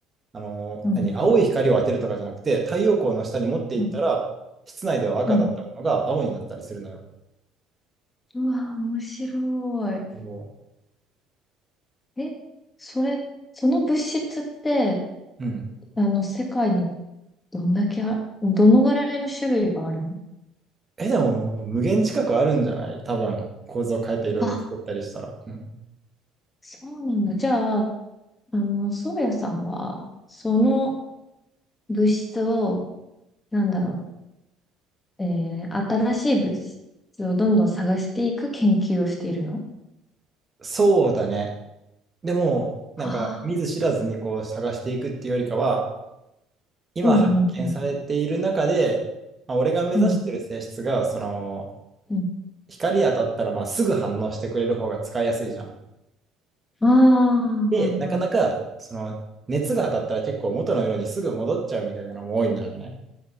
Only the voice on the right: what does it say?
あのー何、
青い光を当てるとかじゃなくて、太陽光の下に持っていったら、
室内では赤だったものが青になったりするのよ。
そ
ううん。
え、でも、無限近くあるんじゃない多分、構造変えていろいろ作ったりしたら。
うん
そうだね。でも、なんか見ず知らずにこう探していくっていうよりかは、
今発見されている中で、
まあ、俺が目指してる性質が、
その、
光当たったらまあすぐ反応してくれる方が使いやすいじゃん。
で、なかなか、その、熱が当たったら結構元の色にすぐ戻っちゃうみたいなのも多いんだよね。